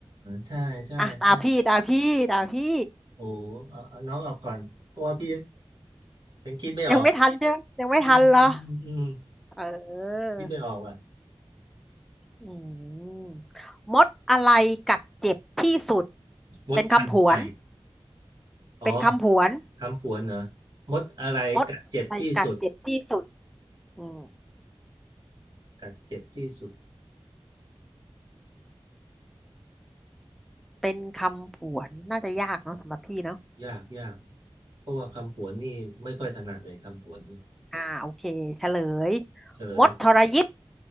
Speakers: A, on the right; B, in the centre.
A: ใช่ใช่ใช่
B: อ่ะตาพี่ตาพี่ตาพี่
A: โอ้เอาเอาน้องออกก่อนเพราะว่าพี่ยังคิดไม่ออก
B: ยังไม่ทันเจ้ไยังไม่ทันเหรอ
A: อืมอืมอืมอืม
B: เออ
A: คิดไม่ออกว่ะ
B: อืมมดอะไรกัดเจ็บที่สุด
A: มดคันไฟ
B: เป็นคำผวน
A: อ๋อ
B: เป็นคำผวน
A: คำผวนเหรอมดอะไรกัดเจ็บที่สุด
B: มดในกัดเจ็บที่สุดอืม
A: กัดเจ็บที่สุด
B: เป็นคำผวนน่าจะยากเนาะสำหรับพี่เนาะ
A: ยากยาก เพราะว่าคำผวนนี่ไม่ค่อยถนัดเลยคำผวนนี่
B: อ่าโอเคเฉลย
A: เฉลย
B: มดทรยิต